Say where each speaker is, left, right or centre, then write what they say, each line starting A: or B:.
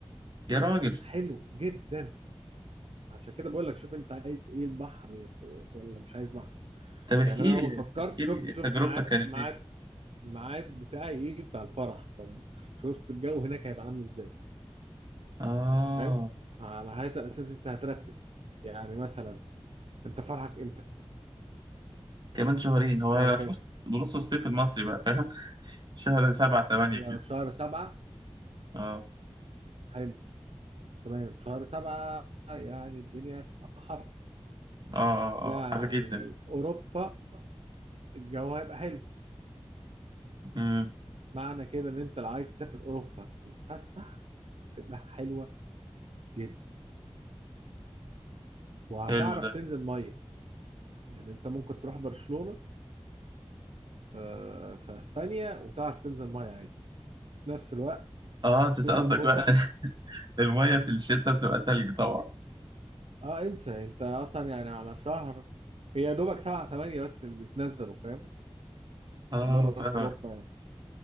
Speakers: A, on the right (about 45°); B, on the right (about 70°).
A: يا راجل
B: كان حلو جدا عشان كده بقول لك شوف انت عايز ايه البحر ولا مش عايز بحر
A: طب احكي
B: يعني انا اول
A: لي
B: ما فكرت
A: احكي
B: شفت
A: لي تجربتك
B: شفت ميعاد
A: كانت
B: ميعاد
A: ايه
B: الميعاد بتاعي ايه بتاع الفرح فشفت الجو هناك هيبقى عامل ازاي
A: اه
B: انت فاهم فعلى هذا الاساس انت هترتب يعني مثلا انت فرحك امتى
A: كمان شهرين هو
B: شهر
A: هيبقى
B: كام
A: في نص بنص الصيف المصري بقى فاهم <laughs> شهر سبعة تمانية كده
B: يعني في شهر سبعة
A: اه
B: حلو تمام في شهر سبعة يعني الدنيا هتبقى حر
A: اه اه
B: يعني
A: اه حر جدا
B: في اوروبا الجو هيبقى حلو
A: امم
B: معنى كده ان انت لو عايز تسافر اوروبا تتفسح هتبقى حلوة جدا وهتعرف
A: حلو ده
B: تنزل مية يعني انت ممكن تروح برشلونة آه، في اسبانيا وتعرف تنزل ميه عادي في نفس الوقت
A: اه انت
B: فيها
A: قصدك
B: فسح
A: بقى المية في الشتاء بتبقى تلج طبعا
B: اه انسى انت اصلا يعني على شهر هي يا دوبك سبعة تمانية بس اللي بيتنزلوا فاهم
A: اه
B: بره
A: فاهم
B: في اوروبا يعني